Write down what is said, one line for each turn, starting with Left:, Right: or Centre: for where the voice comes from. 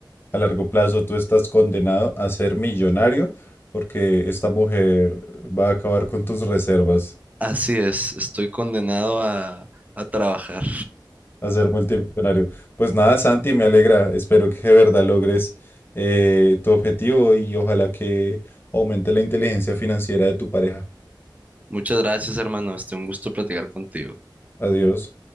Left: a largo plazo tú estás condenado a ser millonario porque esta mujer va a acabar con tus reservas,
Right: Así es, estoy condenado a, a trabajar.
Left: a ser multimillonario. Pues nada, Santi, me alegra. Espero que de verdad logres eh, tu objetivo y ojalá que aumente la inteligencia financiera de tu pareja.
Right: Muchas gracias, hermano. Este, un gusto platicar contigo.
Left: Adiós.